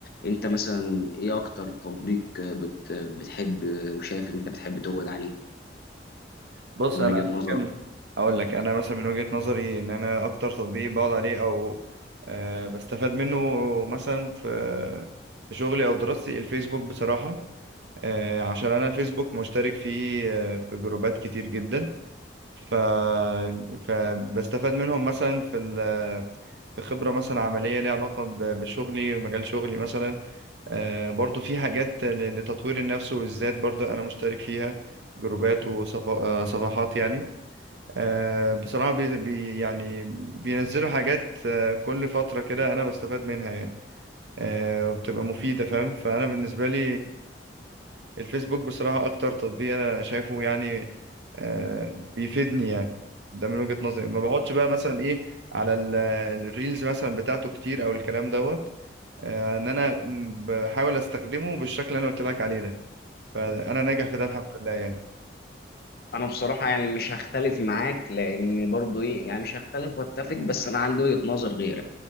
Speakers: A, on the left; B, on the right.
A: انت مثلا ايه اكتر تطبيق آه، بت بتحب آه، وشايف ان انت بتحب تقعد عليه
B: بص
A: من
B: انا
A: وجهة
B: ممكن
A: نظرك
B: اقول لك انا مثلا من وجهة نظري ان انا اكتر تطبيق بقعد عليه او أه بستفاد منه مثلا في في شغلي او دراستي الفيسبوك بصراحة آه، عشان انا الفيسبوك مشترك فيه آه، في جروبات كتير جدا ف... فبستفاد منهم مثلا في ال... في خبرة مثلا عملية ليها علاقة ب- بشغلي ومجال شغلي مثلا آه، برضو في حاجات ل- لتطوير النفس والذات برضو انا مشترك فيها جروبات وصفحات يعني آه، بصراحة بي بي- يعني بينزلوا حاجات آه، كل فترة كده انا بستفاد منها يعني آه، وبتبقى مفيدة فاهم فانا بالنسبة لي الفيسبوك بصراحة أكتر تطبيق أنا شايفه يعني آه، بيفيدني يعني ده من وجهة نظري ما بقعدش بقى مثلا إيه على ال- الريلز مثلا بتاعته كتير أو الكلام دوت آه، إن أنا م- بحاول أستخدمه بالشكل اللي أنا قلت لك عليه ده فأنا ناجح في ده الحمد لله يعني
A: انا بصراحه يعني مش هختلف معاك لان برضو ايه يعني مش هختلف واتفق بس انا عندي وجهه نظر غيرك